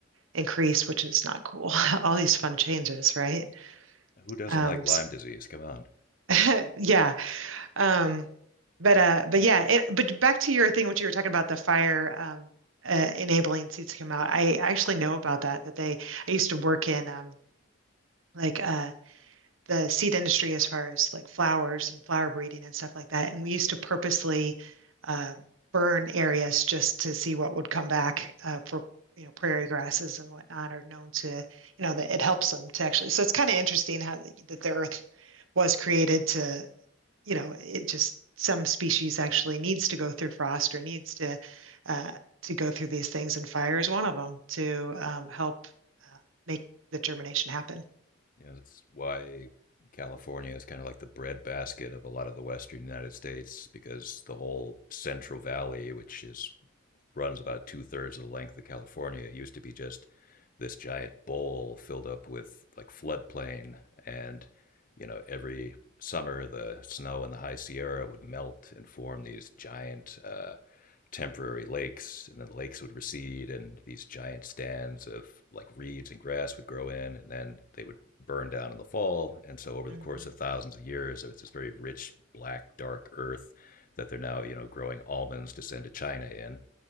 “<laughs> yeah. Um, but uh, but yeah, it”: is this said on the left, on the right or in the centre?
Right